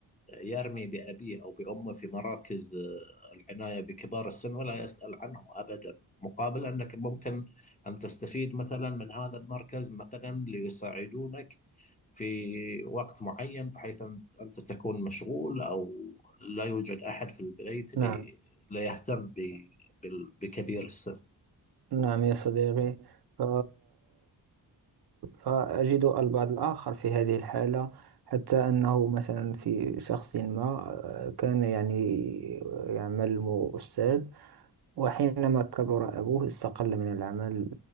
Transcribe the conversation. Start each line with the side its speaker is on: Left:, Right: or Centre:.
Left: يرمي بأبيه أو بأمه في مراكز آه، العناية بكبار السن ولا يسأل عنهم أبدا مقابل أنك ممكن أن تستفيد مثلا من هذا المركز مثلا ليساعدونك في وقت معين بحيث أن- أنت تكون مشغول أو لا يوجد أحد في البيت لي-
Right: نعم
Left: ليهتم ب- بال- بكبير السن
Right: نعم يا صديقي ف... فأجد البعض الآخر في هذه الحالة حتى أنه مثلا في شخص ما آه، كان يعني يعمل أستاذ وحينما كبر أبوه استقل من العمل